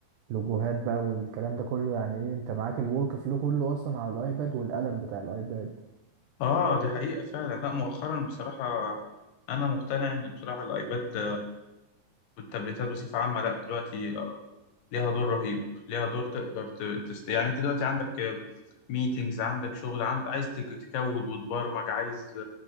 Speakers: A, on the right; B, on the left.
A: لوجوهات بقى والكلام ده كله يعني إيه أنت معاك الورك فلو كله أصلا على الأيباد والقلم بتاع الأيباد
B: اه دي حقيقة فعلا لا مؤخرا بصراحة انا مقتنع ان بصراحة الايباد والتابلتات بصفة عامة لا دلوقتي ليها دور رهيب ليها دور تقدر ت- تست يعني انت دلوقتي عندك ميتينجز عندك شغل عند عايز تك- تكود وتبرمج عايز